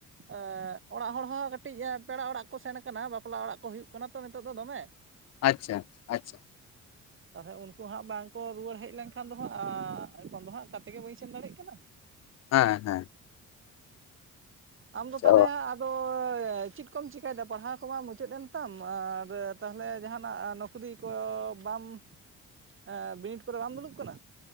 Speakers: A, on the right (about 40°); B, on the left (about 60°).
A: ᱮᱸᱜ ᱚᱲᱟᱜ ᱦᱚᱲ ᱦᱚᱸ ᱠᱟᱹᱴᱤᱡ ᱯᱮᱲᱟ ᱚᱲᱟᱜ ᱠᱚ ᱥᱮᱱ ᱠᱟᱱᱟ ᱵᱟᱯᱞᱟ ᱚᱲᱟᱜ ᱠᱚ ᱦᱩᱭᱩᱜ ᱠᱟᱱᱟ ᱛᱚ ᱱᱤᱛᱚᱜ ᱫᱚ ᱫᱚᱢᱮ।
B: ᱟᱪᱪᱷᱟ ᱟᱪᱪᱷᱟ।
A: ᱛᱟᱞᱦᱮ ᱩᱱᱠᱩ ᱦᱟᱸᱜ ᱵᱟᱝ ᱠᱚ ᱨᱩᱣᱟᱹᱲ ᱦᱮᱡ ᱞᱮᱱᱠᱷᱟᱱ ᱫᱚ ᱦᱟᱸᱜ ᱟᱸᱻ ᱮᱠᱷᱚᱱ ᱫᱚ ᱦᱟᱸᱜ ᱚᱠᱟᱛᱮ ᱜᱮ ᱵᱟᱹᱧ ᱥᱮᱱ ᱫᱟᱲᱮᱜ ᱠᱟᱱᱟ।
B: ᱦᱮᱸ ᱦᱮᱸ।
A: ᱟᱢ ᱫᱚ
B: ᱚ
A: ᱛᱟᱞᱦᱮ ᱟᱫᱚ ᱪᱤᱫ ᱠᱚᱢ ᱪᱤᱠᱟᱹᱭ ᱫᱟ ᱯᱟᱲᱦᱟᱣ ᱠᱚᱢᱟ ᱢᱩᱪᱟᱹᱫ ᱮᱱ ᱛᱟᱢ ᱟᱨ ᱛᱟᱞᱦᱮ ᱡᱟᱦᱟᱱᱟᱜᱼᱼ ᱠᱷᱩᱫᱤ ᱠᱚ ᱵᱟᱢ ᱮ ᱵᱤᱱᱤᱰ ᱠᱚᱨᱮ ᱵᱟᱢ ᱫᱩᱲᱩᱵ ᱠᱟᱱᱟ?